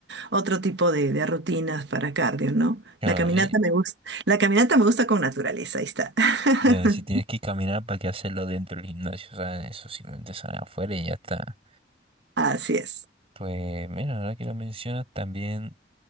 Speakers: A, on the right; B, on the right.
A: otro tipo de, de rutinas para cardio, ¿no?
B: Claro,
A: La caminata
B: sí.
A: me gusta, la caminata me gusta con naturaleza, ahí está.
B: Ya,
A: <laughs>
B: si tienes que caminar, ¿para qué hacerlo dentro del gimnasio? O sea, eso simplemente sale afuera y ya está.
A: Así es.
B: Pues mira, ahora que lo mencionas, también.